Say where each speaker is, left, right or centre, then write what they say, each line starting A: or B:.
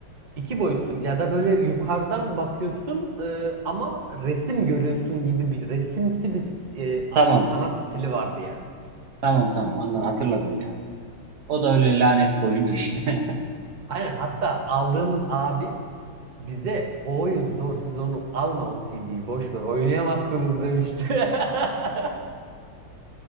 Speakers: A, on the right; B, on the right.
A: İki boyutlu ya da böyle yukarıdan bakıyorsun e, ama resim görüyorsun gibi bir resimsi bir st- e, a-
B: Tamam.
A: sanat stili vardı yani.
B: Tamam tamam. Anladım, hatırladım ya. O da öyle lanet bir oyundu işte. <laughs>
A: Aynen hatta aldığımız abi bize o oyun zor siz onu alma o CD'yi boş ver oynayamazsınız demişti. <laughs>